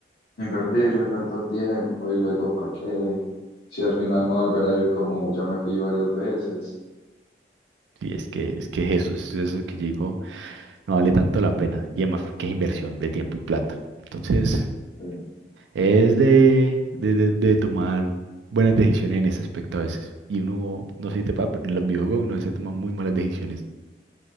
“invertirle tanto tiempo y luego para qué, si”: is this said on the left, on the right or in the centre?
Left